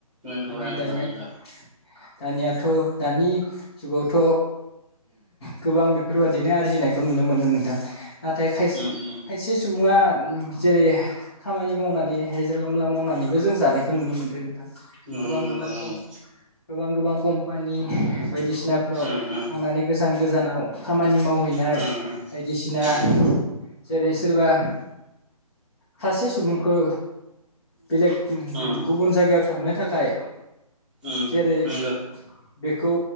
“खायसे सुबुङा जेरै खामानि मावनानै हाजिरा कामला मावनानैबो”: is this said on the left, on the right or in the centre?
Left